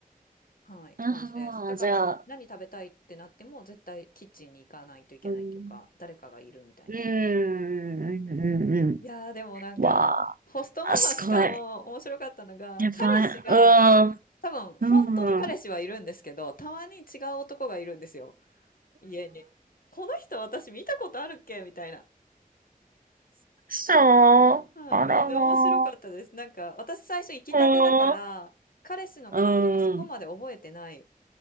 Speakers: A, on the left; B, on the right.
A: はい、って感じです。
B: ああ、
A: だから何食べたいってなっても絶対キッチンに行かないといけないというか、
B: じゃあ、うん。
A: 誰かがいるみたいな。
B: うんうんうんう
A: うんうんいやーでもなんか、
B: ん。わあ、
A: ホストママしかも面白かったのが、
B: すごい。やばい。
A: 彼氏が、
B: うん。
A: 多分本当の彼氏はいるんですけど、
B: うん。うん
A: たまに違う男がいるんですよ、家に。この人私見たことあるっけみたいな。
B: そう。
A: はい、
B: あらま
A: み面白かったです。なんか、私最初行きたてだから、
B: あ。
A: 彼氏の顔とかそこまで覚えてない
B: うん。うん。